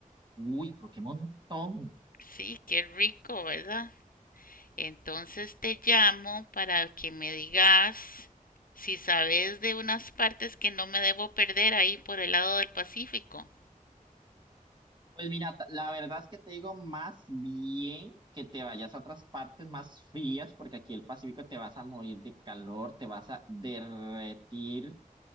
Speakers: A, on the right; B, on the left.
A: Uy, pero qué montón.
B: Sí, qué rico, ¿verdad? Entonces te llamo para que me digas si sabes de unas partes que no me debo perder ahí por el lado del Pacífico.
A: Pues mira, t- la verdad es que te digo más bien que te vayas a otras partes más frías, porque aquí el Pacífico te vas a morir de calor, te vas a derretir